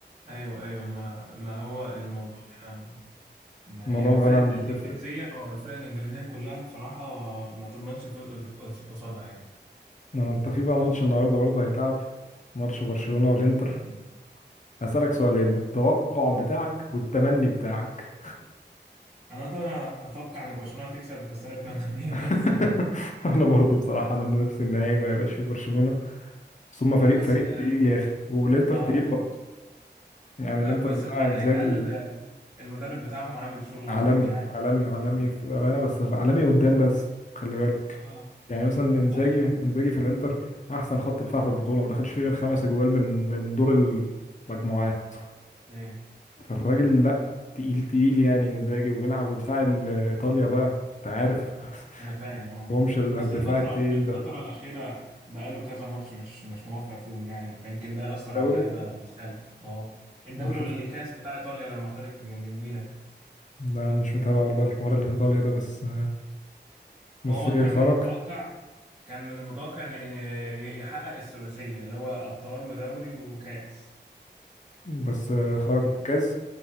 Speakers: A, on the right; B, on the left.
A: ايوه ايوه ما ما هو الموضوع هنا ما
B: الموضوع
A: يعني الفرق
B: فعلا
A: الانجليزيه
B: بتفرق
A: اه الفرق الانجليزيه كلها بصراحه ما تضمنش الفوز قص- قص- قصادها يعني
B: آه، انت في بقى ماتش النهارده برضه هيتلعب ماتش برشلونة والانتر
A: مم.
B: هسألك سؤالين التوقع بتاعك والتمني بتاعك
A: انا طبعا اتوقع ان برشلونه هتكسب بس انا اتمنى ان هي
B: <laughs>
A: تخسر <laughs>
B: انا برضه بصراحة انا نفسي النهائي ما يبقاش في برشلونة بس هما فريق
A: لا بس
B: فريق
A: اه
B: تقيل يا اخي والانتر
A: آه،
B: تقيل برضه يعني
A: لا
B: الانتر
A: بس
B: بتاع
A: الحق
B: انزاجي
A: يتقال آه، المدرب بتاعهم عامل شغل
B: عالمي
A: عالمي عالمي
B: عالمي
A: عالمي
B: عالمي
A: عالمي
B: في أمانة بس عالمي
A: اه
B: قدام بس خلي بالك
A: اه
B: يعني مثلا انزاجي
A: ايوه
B: انزاجي في الانتر احسن خط دفاع في البطوله ما دخلش فيه غير خمس اجوال من من دور المجموعات
A: ايوه
B: فالراجل لا تقيل تقيل يعني انزاجي وبيلعب ودفاع ال- ايطاليا بقى انت عارف
A: انا فاهم
B: <laughs>
A: اه آه.
B: مش الدفاع
A: بس الفترة
B: التقيل
A: الفترة
B: ده
A: الأخيرة بقاله كذا ماتش مش مش موفق فيهم يعني فيمكن ده يأثر
B: دوري
A: على اللعيبة بالسلب اه الدوري
B: ما شفت
A: والكاس بتاع إيطاليا لما خرج من الميلان
B: لا مش متابع والله الحوار اللي في ايطاليا ده بس بس
A: ما هو
B: ايه
A: كان
B: خرج
A: المتوقع كان من المتوقع إن ي- يحقق الثلاثية اللي هو أبطال ودوري وكاس
B: بس خرج من الكاس